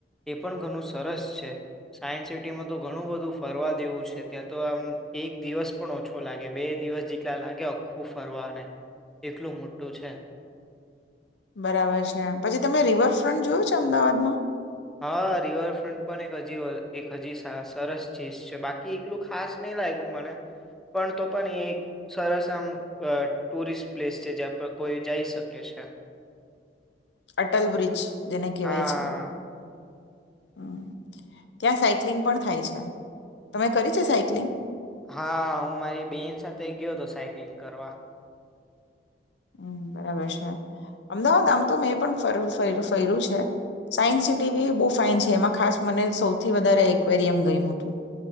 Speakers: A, in the centre; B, on the left.
A: એ પણ ઘણું સરસ છે સાયન્સ સિટીમાં તો ઘણું બધું ફરવા જેવું છે, ત્યાં તો આમ એક દિવસ પણ ઓછો લાગે, બે દિવસ જેટલા લાગે આખું ફરવાને એટલું મોટું છે.
B: બરાબર છે. પછી તમે રિવરફ્રન્ટ જોયું છે અમદાવાદમાં?
A: હા રિવરફ્રન્ટ પણ એક હજી એક હજી સરસ ચીજ છે બાકી એલું ખાસ નહી લાગ્યું મને પણ તો પણ એ એક સરસ આમ અ ટુરિસ્ટ પ્લેસ છે જ્યાં પર કોઈ જઈ શકે કે છે
B: અટલ બ્રિજ જેને કહેવાય
A: હા
B: છે હમ ત્યાં સાયક્લિંગ પણ થાય છે તમે કરી છે સાયક્લિંગ
A: હા હું મારી બેહેન સાથે ગયો હતો સાયક્લિંગ કરવા
B: હમ બરાબર છે અમદાવાદ આમ તો મેં પણ ફર્યું છે સાયન્સ સિટી બી બહુ ફાઇન છે એમાં ખાસ મને સૌથી વધારે એકવેરિયમ ગયમ હતું